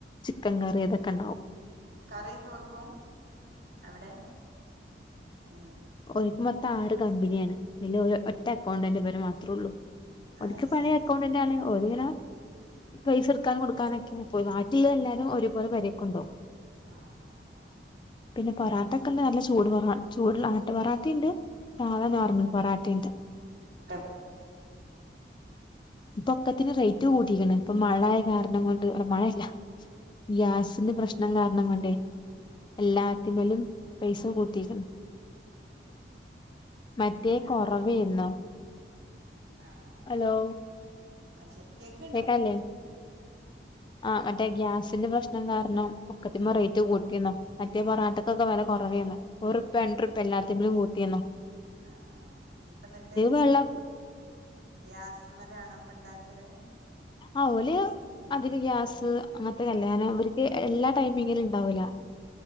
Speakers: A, on the left; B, on the right.
A: ചിക്കൻ കറി അതൊക്കെ ഉണ്ടാവും
B: കറി യൊക്കെ വെക്കും അവിടെ ഏ
A: ഒരുക്ക് മൊത്തം ആറ് കമ്പനിയാണ് അതി ഒറ്റ അക്കൗണ്ടന്റ് ഇവ ര് മാത്രേള്ളൂ ഒല്
B: അത്
A: ക്ക് പയേ
B: ശരി
A: അക്കൗണ്ടിന്റെണ് ഒലി ങ്ങന പൈസ കൊക്കാനും കൊടുക്കാനൊക്കെ പോയി ബാക്കിയായാൽ എല്ലാവും ഒരുപോെ ലെ പെ രൊക്കെണ്ടോവും
B: ആ ആഹ
A: പിന്നെ പൊറാട്ട ഒക്കെ ഉണ്ട് നല്ല ചൂട് പൊറാട്ട ചൂട് ആട്ട പൊറട്ടുണ്ട് സാധ നോർമൽ പൊറാട്ടയുണ്ട്
B: ടെൻ
A: ഇപ്പൊക്കത്തിന് റേറ്റ് കൂടിക്കണ് ഇപ്പൊ മഴയ കാരണം കൊണ്ട് മഴയില്ല ഗ്യാസിന്റെ പ്രശ്നം കാരണം കൊണ്ടേ എല്ലാറ്റി മലും പൈസ കൂട്ടിയിക്കുണ് മറ്റേ
B: ഹലോ
A: കുറവെന്നു
B: ആഹ
A: ഹലോ
B: അത് ശരി കേൾക്കു
A: കേക്കണ ല്ലേ ആ മറ്റേ ഗ്യാസിന്റെ പ്രശ്നം കാരണം ഒക്കത്തിമേ
B: ആ
A: റേറ്റ് കൂട്ടിക്കുണ് മറ്റേ പൊറാട്ടക്കൊക്കെ വില കുറവേന്നു ഒരുർപ്യ രണ്ടുർപ്യ പ്പ എല്ലാത്തിനും കൂട്ടി കുന്ന്
B: ആ ആ ഇപ്പം എന്നിട്ട്
A: വെള്ളം
B: ഗ്യാസ് മേ ലാ ണോ ഇപ്പം ഉണ്ടാക്കൽ
A: ആഹ്ഓല് അതിക ഗ്യാസ് അങ്ങനത്തെ കല്യാണം ഇവർക്ക് എല്ലാ ടൈമിങ്ങിലും ഉണ്ടാവൂല്ല